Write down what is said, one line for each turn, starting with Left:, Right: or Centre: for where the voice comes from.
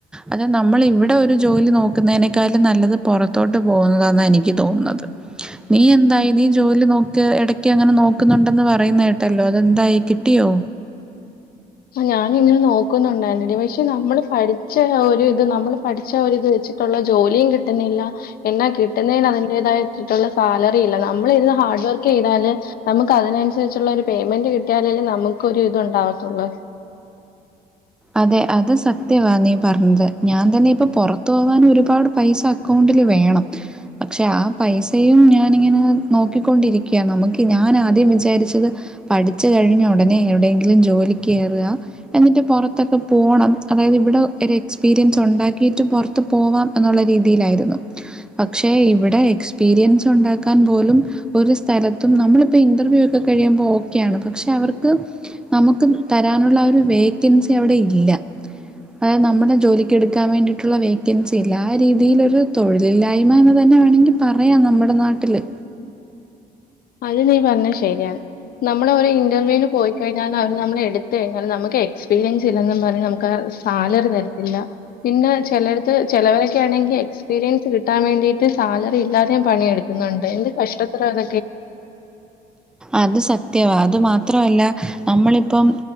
Centre: അത് നമ്മൾ ഇവിടെ ഒരു ജോലി നോക്കുന്നതിനക്കാളും നല്ലത് പുറത്തോട്ട് പോവുന്നതാന്നാ എനിക്ക് തോന്നുന്നത് നീ എന്തായി നീ ജോലി നോക്ക ഇടക്ക് അങ്ങനെ നോക്കുന്നുണ്ടെ ന്ന് പറയുന്ന കേട്ടല്ലോ. അതെന്തായി കിട്ടിയോ
Left: ആ ഞാനിങ്ങനെ നോക്കുന്നുണ്ടായിരുന്നെടി. പക്ഷെ നമ്മള് പഠിച്ച ജോലി ത് നമ്മൾ പഠിച്ച ആ ഒരിത് വെച്ചിട്ടുള്ള ജോലിയും കിട്ടുന്നില്ല. എന്നാ കിട്ടുന്നതിന് അതിന്റേതായ ട്ടുന്ന സാലറില്ല. നമ്മൾ ഇരുന്ന് ഹാർഡ് വർക്ക് ചെയ്താല്, നമുക്ക് അതിനനുസരിച്ചുള്ള ഒരു പേയ്മെന്റ് കിട്ടിയാല് ല് നമുക്കൊരിത് ഉണ്ടാവത്തുള്ളൂ.
Centre: അതെ അത് സത്യവാ നീ പറഞ്ഞത്. ഞാൻ തന്നെ ഇപ്പൊ പൊറത്തു പോകാൻ ഒരുപാട് പൈസ അക്കൗണ്ടില് വേണം. പക്ഷെ ആ പൈസയും ഞാനിങ്ങനെ നോക്കിക്കൊണ്ടിരിക്കയാ. നമുക്ക് ഞാൻ ആദ്യം വിചാരിച്ചത് പഠിച്ചു കഴിഞ്ഞ ഉടനെ എവിടെയെങ്കിലും ജോലിക്കേറ്‌വ. എന്നിട്ട് പുറ ത്തൊക്കെ പോണം. അതായത് ഇവിടെ ഒരു എക്സ്പീരിയൻസ് ഉണ്ടാക്കിയിട്ട് പുറത്ത് പോവാം എന്നുള്ള രീതിയിലായിരുന്നു. പക്ഷെ ഇവിടെ എക്സ്പീരിയൻസ് ഉണ്ടാക്കാൻ പോലും ഒരു സ്ഥലത്തും നമ്മളിപ്പോ ഇന്റർവ്യൂ ഒക്കെ കഴിയുമ്പോ ഓക്കെ ആണ്. പക്ഷെ അവർക്ക് നമുക്ക് തരാനുള്ള അ ഒരു വേക്കൻസി അവിടെ ഇല്ല. അതായത് നമ്മുടെ ജോലിക്ക് എടുക്കാൻ വേണ്ടിയിട്ടുള്ള വേക്കൻസി ഇല്ല. ആ രീതിയിലൊരു തൊഴിലില്ലായ്മ എന്ന് തന്നെ അങ്ങനെ വേണെങ്കി പറയാം നമ്മടെ നാട്ടില്.
Left: അത് നീ പറഞ്ഞ ശരിയാണ്. നമ്മളെ ഒരു ഇന്റർവ്യൂന് പോയി കഴിഞ്ഞാൽ അവര് നമ്മളെ എടു ത്ത് കഴിഞ്ഞാൽ നമുക്ക് എക്സ്പീരിയൻസ് ഇല്ലെന്നും പറഞ്ഞ് നമുക്ക് ആ സാലറി തരത്തില്ല. പിന്നെ ചെലടത്ത് ചെലവരൊക്കെ ആണെങ്കിൽ എക്സ്പീരിയൻസ് കിട്ടാൻ വേണ്ടിട്ട് സാലറി ഇല്ലാതെയും പണിയെടുക്കുന്നുണ്ട്. എന്ത് കഷ്ടത്തിലാത്
Centre: അത് സത്യവാ അത് മാത്രവല്ല. നമ്മളിപ്പം